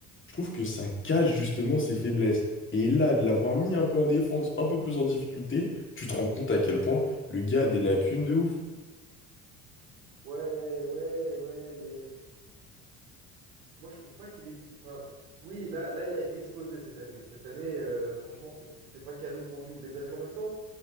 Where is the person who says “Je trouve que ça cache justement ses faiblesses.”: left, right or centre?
Left